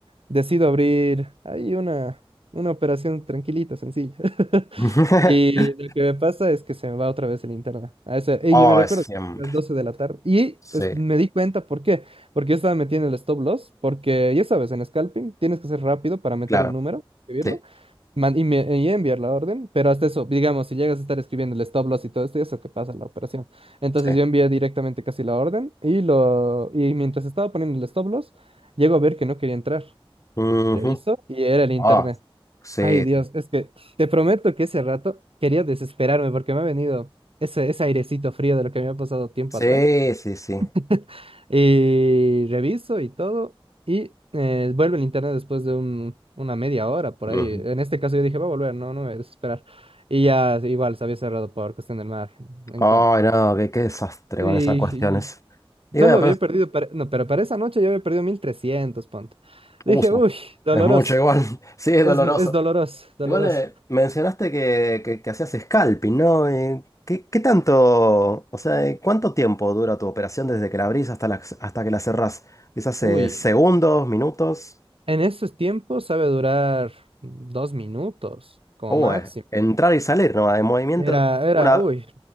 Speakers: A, on the right; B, on the left.
A: Decido abrir ahí una, una operación tranquilita, sencilla. <laughs>
B: <laughs>
A: Y lo que me pasa es que se me va otra vez el internet. A esa, y
B: Oh,
A: yo me recuerdo
B: es siempre.
A: las 12 de la tarde. Y
B: Sí,
A: es- me di cuenta, ¿por qué? Porque yo estaba metiendo el stop loss, porque ya sabes, en scalping tienes que ser rápido para meter
B: claro.
A: un número, escribirlo
B: Sí,
A: man- y, me- y enviar la orden, pero hasta eso, digamos, si llegas a estar escribiendo el stop loss y todo esto, ya se te pasa la operación. Entonces
B: sí.
A: yo envié directamente casi la orden y, lo, y mientras estaba poniendo el stop loss, llego a ver que no quería entrar.
B: Ujú.
A: Reviso y era el internet.
B: Ah, sí,
A: Ay Dios, es que te prometo que ese rato quería desesperarme porque me ha venido ese, ese airecito frío de lo que me ha pasado tiempo
B: sí,
A: atrás.
B: sí, sí.
A: <laughs> Y reviso y todo. Y eh, vuelve el internet después de un- una media hora por
B: Ujú.
A: ahí. En este caso yo dije, va a volver, no, no me voy a desesperar. Y ya igual se había cerrado por cuestión del margen en
B: Ay,
A: contra.
B: no, qué, qué desastre
A: Y,
B: con esas cuestiones.
A: y
B: Y
A: solo
B: bueno, pero
A: había
B: es
A: perdido, para- no, pero para esa noche yo había perdido 1300 ponte.
B: uso.
A: Dije, uy, doloroso.
B: Es mucho igual. <laughs> Sí, es
A: Es,
B: doloroso.
A: mu- es doloroso, doloroso.
B: Igual eh, mencionaste que, que, que hacías scalping, ¿no? Eh, ¿qué, qué tanto, o sea, eh, cuánto tiempo dura tu operación desde que la abrís hasta, la, hasta que la cerrás? Quizás
A: Uy,
B: eh, segundos, minutos.
A: en esos tiempos sabe durar dos minutos como
B: O
A: máximo.
B: eh, entrar y salir, ¿no? En movimiento
A: Era, era,
B: una,
A: uy,